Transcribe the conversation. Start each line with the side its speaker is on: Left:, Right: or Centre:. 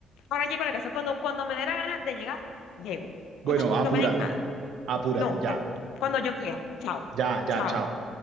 Left: Ahora llego a la casa. Cuando, cuando me dé la gana de llegar, llego.
Right: bueno,
Left: Ok,
Right: apúrate,
Left: no me digas nada.
Right: apúrate,
Left: No,
Right: ya,
Left: no. Cuando yo quiera. Chao.
Right: ya, ya,
Left: Chao.
Right: chao.